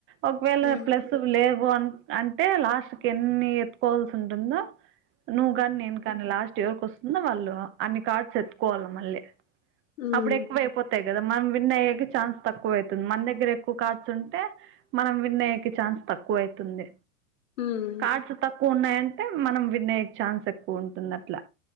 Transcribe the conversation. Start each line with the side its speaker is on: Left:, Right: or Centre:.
Right: ఒకవేళ
Left: హ్మ్
Right: ప్లస్ లేవు అని అంటే లాస్ట్కి ఎన్ని ఎత్తుకోవాల్సి ఉంటుందో నువ్వు కాని నేను కానీ లాస్ట్ యోర్కి వస్తుందొ వాళ్ళు అన్ని కార్డ్స్ ఎత్తుకోవాలి మళ్ళీ
Left: హ్మ్
Right: అప్పుడు ఎక్కువ అయిపోతాయి కదా మనం విన్ అయ్యేకి ఛాన్స్ తక్కువ అయితుంది మన దగ్గర ఎక్కువ కార్డ్స్ ఉంటే మనం విన్ అయ్యేకి ఛాన్స్ తక్కువ అయితుంది
Left: హ్మ్
Right: కార్డ్స్ తక్కువ ఉన్నాయంటే మనం విన్ అయ్యేకి ఛాన్స్ ఎక్కువ ఉంటుంది అట్లా